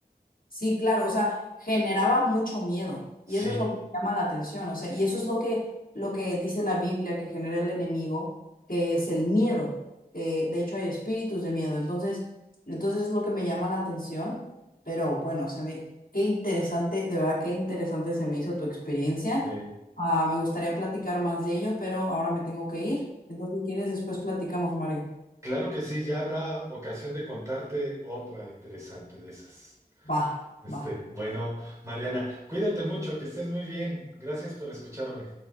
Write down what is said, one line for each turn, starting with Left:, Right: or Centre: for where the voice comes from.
Left: Sí, claro, o sea, generaba mucho miedo
Right: Sí,
Left: y eso es lo que llama la atención, o sea, y eso es lo que, lo que dice la Biblia que genera el enemigo, que es el miedo, que de hecho hay espíritus de miedo, entonces, entonces es lo que me llama la atención, pero bueno, se me, qué interesante, de verdad, qué interesante se me hizo tu experiencia.
Right: sí.
Left: Ah, me gustaría platicar más de ello, pero ahora me tengo que ir, entonces si quieres después platicamos, Mario.
Right: Claro que sí, ya habrá ocasión de contarte otra interesante de esas.
Left: Va,
Right: Este,
Left: va.
Right: bueno, Mariana, cuídate mucho, que estés muy bien. Gracias por escucharme.